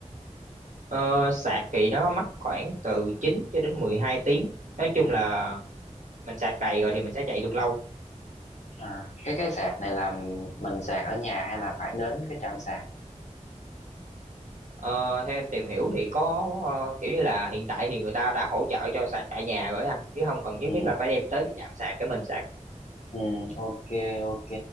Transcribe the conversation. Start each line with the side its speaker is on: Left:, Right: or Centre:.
Right: Ờ, sạc thì nó mất khoảng từ 9 cho đến 12 tiếng. Nói chung
Left: ừ
Right: là mình sạc đầy rồi thì mình sẽ chạy được lâu.
Left: à cái cái sạc này là mình sạc ở nhà hay là phải đến cái trạm sạc
Right: Ờ, theo em tìm hiểu thì có ờ, kiểu như là hiện tại thì người ta đã hỗ trợ cho sạc tại nhà rồi á anh chứ không cần nhất
Left: ừ
Right: thiết là phải đem tới cái trạm sạc để mình sạc.
Left: Ừ, ok ok